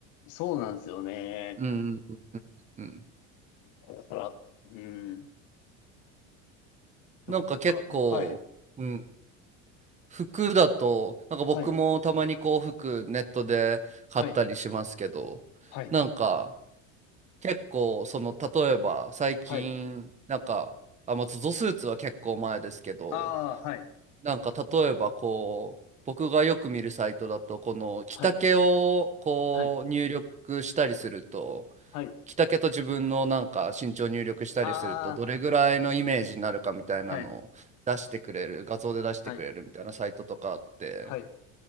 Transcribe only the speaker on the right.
うんうんうん。
なんか結構、
うん、服だと、なんか僕もたまにこう、
服ネットで買ったりしますけど、
なんか、結構その例えば最近なんかあ、
まあ、ゾゾスーツは結構前ですけど
なんか例えばこう僕がよく見るサイトだとこの着丈をこう入力したりすると
着丈と自分のなんか身長を入力したりするとどれぐらいのイメージになるかみたいなのを出してくれる画像で出してくれるみたいなサイトとかあって。